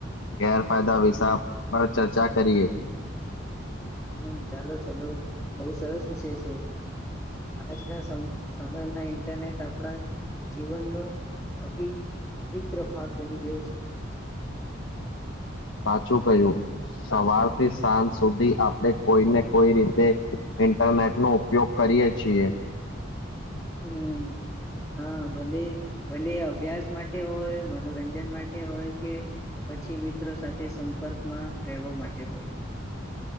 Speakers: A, on the left; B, in the centre.
A: ગેરફાયદા વિશા પર ચર્ચા કરીએ.
B: હમ, ચાલો ચાલો, બહુ સરસ વિષય છે. આજના સમ સમયમાં ઇન્ટરનેટ આપડા જીવનનો અભિ અભિત્ર ભાગ બની ગયો છે.
A: સાચું કહ્યું, સવારથી સાંજ સુધી આપડે કોઈ ને કોઈ રીતે ઇન્ટરનેટનો ઉપયોગ કરીએ છીએ.
B: હમ. હા, ભલે ભલે, અભ્યાસ માટે હોય મનોરંજન માટે હોય, કે પછી મિત્રો સાથે સંપર્કમાં રહેવા માટે હોય.